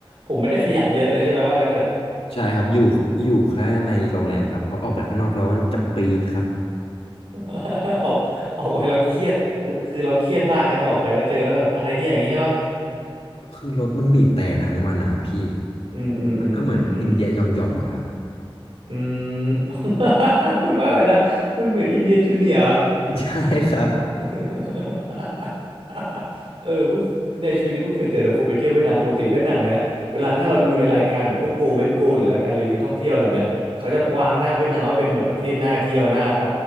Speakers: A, on the right (about 70°); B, on the left (about 75°).
A: ผมไม่ได้ขยับเยอะเลยใช่ไหมว่างั้นเถอะ
B: ใช่ครับอยู่อยู่แค่ในโรงแรมครับเพราะออกไปข้างนอกแล้วมันจะปีดครับ
A: <laughs> ออกออกไปแล้วเครียดเออคือเราเครียดมากใช่ไหมออกไปแล้วเจอแล้วแบบอะไรเนี่ยอย่างงี้ใช่ปะ
B: คือรถมันบีบแต่ทั้งวันนะครับพี่
A: อืมอืมอืมอืมอืม
B: มันก็เหมือนอินเดียยอมยอมอะครับ
A: อืม <laughs> พูดว่าอะไรนะมันเหมือนอินเดียจูเนียร์
B: <laughs> ใช่ครับ
A: <laughs> เออเพิ่งในชีวิตนี้เพิ่งเคยเจอแต่คนไปเที่ยวเวียดนามปกติเวียดนามเนี้ยเวลาถ้าเราดูในรายการแบบพวกโกเว้นโกหรือรายการรีวิวท่องเที่ยวอะไรแบบเนี้ยเขาจะวางหน้าเวียดนามว่าเป็นแบบประเทศน่าเที่ยวน่าไป